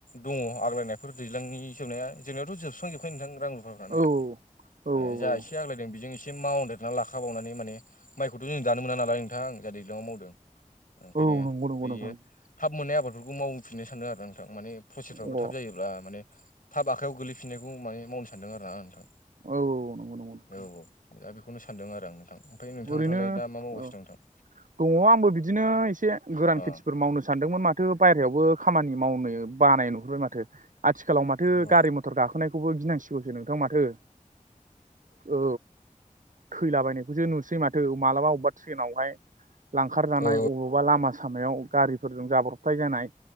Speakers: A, on the left; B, on the right.
A: दङ आग्लायनायफोर दैज्लांनि जोबनाया जोंनियावथ' जोबस्रांजोबखायो नोंथां रां रुफाफ्रानो
B: औ औ
A: ओ जा
B: औ
A: एसे आग्लायदों बेजों एसे मावदेरना लाखाबावनानै माने माइखौथ जों दानो मोना नालाय नोंथां जाहा दैज्लाङाव मावदों ओंखायनो
B: औ नंगौ नंगौ
A: बेयो
B: नोंथां
A: थाब मोननाय आबादफोरखौ मावफिननो सानो आरो ना नोंथां माने फसेसफ्राबो
B: अ
A: थाब जायोब्ला माने थाब आखायावयाव गोलैफिननायखौ माने मावनो सानदों आरो ना आं नोंथां
B: औ नंगौ नंगौ नोंथां
A: औ औ दा बेखौनो सानदों आरो आं नोंथां ओमफ्राय नोंथांफ्रालाय
B: ओरैनो
A: दा मा मावगासिनो
B: औ
A: दं नोंथां
B: दङ आंबो बिदिनो एसे गोरान
A: अ
B: खेथिफोर मावनो सानदोंमोन माथो बायहेरायावबो खामानि मावनो बानाय नुहुरबाय माथो आथिखालाव माथो
A: औ
B: गारि मथर गाखोनायखौबो गिनांसिगौसो नोंथां माथो औ थैलाबायनायखौसो नुसै माथो मालाबा अबेबा ट्रेनावहाय लांखारजानाय
A: औ
B: अबावबा लामा सामायाव गारिफोरजों जाब्रबथाय जानाय